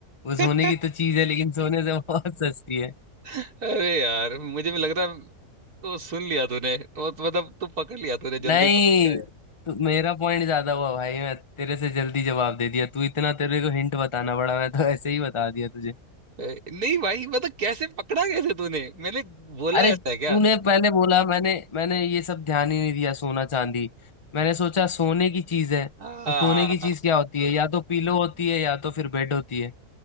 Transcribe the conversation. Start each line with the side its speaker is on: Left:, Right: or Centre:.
Left: वो
Right: <laughs>
Left: सोने की तो चीज है लेकिन सोने से बहुत सस्ती है
Right: अरे यार मुझे भी लग रहा है वो सुन लिया तूने वो तो मतलब तू पकड़ लिया तूने
Left: नहीं
Right: जल्दी पकड़ लिया
Left: तू- मेरा पॉइंट ज्यादा हुआ भाई मैं तेरे से जल्दी जवाब दे दिया तू इतना तेरे को हिंट बताना पड़ा मैं तो ऐसे ही बता दिया तुझे
Right: है ए, नहीं भाई मतलब कैसे पकड़ा कैसे तूने मैंने बोला
Left: अरे
Right: ऐसा है क्या
Left: तूने पहले बोला मैंने मैंने ये सब ध्यान ही नहीं दिया सोना चांदी मैंने सोचा सोने की चीज है
Right: हाँ
Left: तो सोने की चीज क्या होती है या तो पीलो होती है या तो फिर बेड होती है